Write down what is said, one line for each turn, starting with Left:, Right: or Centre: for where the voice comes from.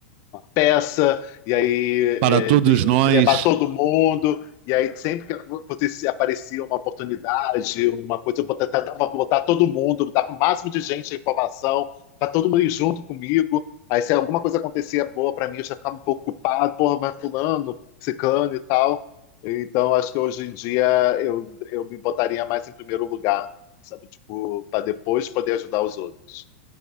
Left: peça, e aí
Right: para
Left: é,
Right: todos
Left: eu
Right: nós.
Left: tenho que levar todo mundo. E aí, sempre que acontecia- aparecia uma oportunidade, uma coisa, eu bota- tentava botar todo mundo, botar o máximo de gente a informação, para todo mundo ir junto comigo. Aí, se alguma coisa acontecia boa para mim, eu já ficava um pouco culpado, porra, mas fulano, ciclano e tal. Então, acho que hoje em dia eu, eu me botaria mais em primeiro lugar, sabe? Tipo, para depois poder ajudar os outros.